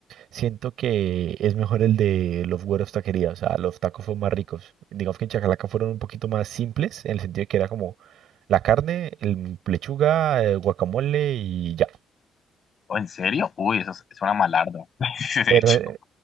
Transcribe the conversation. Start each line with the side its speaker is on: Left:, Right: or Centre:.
Right: siento que es mejor el de los güeros taquería. O sea, los tacos son más ricos. Digamos que en Chacalaca fueron un poquito más simples, en el sentido de que era como la carne, el lechuga, eh, guacamole y ya.
Left: ¿O en serio? Uy, eso es- una malardo. <laughs> De
Right: Pero
Left: hecho.
Right: eh,